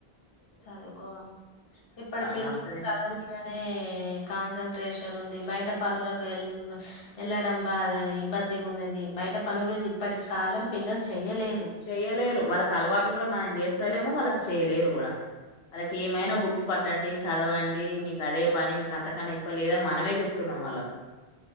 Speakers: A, on the left; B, on the left.
A: చదువుకోవాల ఇప్పటి పిల్లలు
B: నడుస్తూనే
A: చదువు
B: ఉంటది.
A: మీదనే కాన్సన్ంట్రేషన్ ఉంది బయట పనులకు వెళ్ళడం బాగా ఇబ్బంది గా ఉన్నది బయట పనులు ఇప్పటి కాలం పిల్లలు చెయ్యలేరు
B: చెయ్యలేరు వాళ్ళకి అలవాటు కూడా మనం చేస్తా లేము వాళ్ళు కు చేయాలేరు కూడా వాళ్ళకు ఏమైనా బుక్స్ పట్టండి చదవండి మీకు అదే పని మీకు అంతకన్నా ఎక్కువ లేదు అని మనమే చెబుతున్నాం వాళ్ళకు.